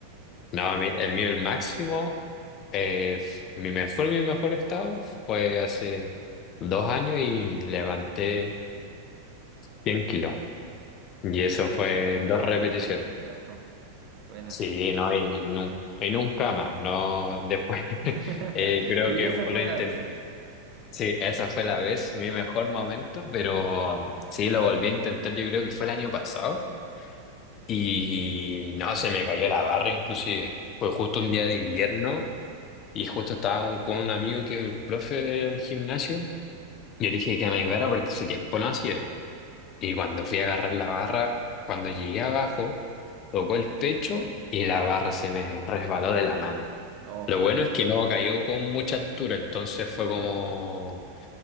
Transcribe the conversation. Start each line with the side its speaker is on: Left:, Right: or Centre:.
Left: No, mi- el mío, el máximo, eh, f- mi mejor, mi mejor estado fue hace dos años y levanté 100 kilos. Y eso
Right: Buena,
Left: fue
Right: buena.
Left: en
Right: Escaleta,
Left: dos repeticiones.
Right: de harto. Buena.
Left: Sí, no, y, nun-
Right: Sí.
Left: y nunca más. No, después <laughs>
Right: <laughs>
Left: eh, creo
Right: Y
Left: que
Right: esa fue
Left: lo intenté.
Right: la vez.
Left: Sí,
Right: <laughs>
Left: esa
Right: Ujú.
Left: fue la vez, mi mejor momento, pero sí, lo volví a intentar, yo creo que fue el año pasado. Y no, se me cayó la barra inclusive. Fue justo
Right: Ya.
Left: un día de invierno y justo estaba con, con un amigo que es el profe del gimnasio. Yo le dije que me ayudara porque ese tiempo no hacía. Y cuando fui a agarrar la barra, cuando llegué abajo, tocó el pecho y la barra se me resbaló de la mano.
Right: Oh.
Left: Lo bueno es que no cayó con mucha altura, entonces fue como...
Right: mm,